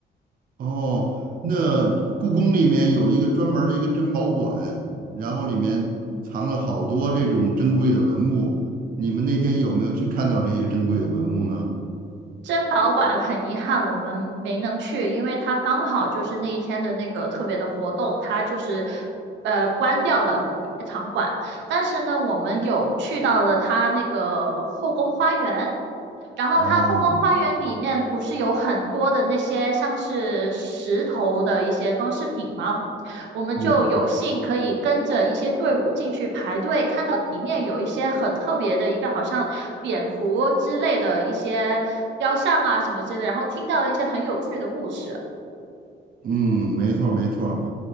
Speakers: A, on the right; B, on the right.
A: 哦，那故宫里面有一个专门儿的一个珍宝馆，然后里面藏了好多这种珍贵的文物。你们那天有没有去看到这些珍贵的文物呢？
B: 珍宝馆很遗憾我们没能去，因为它刚好就是那一天的那个特别的活动，它就是呃关掉了某一些场馆。但是呢，我们有去到了它那个后宫花园，然后它后宫花园里面不是有很多的那些像是石头的一些装饰品吗？
A: 哦，
B: 我们就有幸可以跟着一些队伍进去排队，
A: 嗯
B: 看到里面有一些很特别的一个好像蝙蝠之类的一些雕像啊什么之类的，然后听到了一些很有趣的故事。
A: 嗯，没错儿没错儿